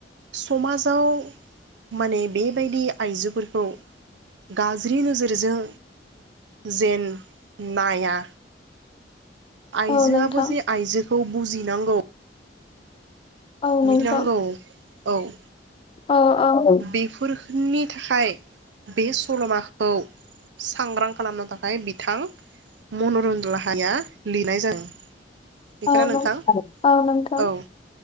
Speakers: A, on the right; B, on the left.
A: समाजाव माने बेबायदि आइजोफोरखौ गा ज्रि‌ नोजोरजों जेन नाया आइजोआबो
B: औ नोंथां
A: जे आइजो खौ बुजिनांगौ
B: औ
A: मिनांगौ
B: नोंथां
A: औ
B: औ औ
A: बेफोर नि थाखाय बे सल'माखौ सांग्रां खालामनो थाखाय बिथां मनरन लाहारि या लिरनाय जादों बेखौनो
B: औ
A: नोंथां
B: औ नोंथां
A: औ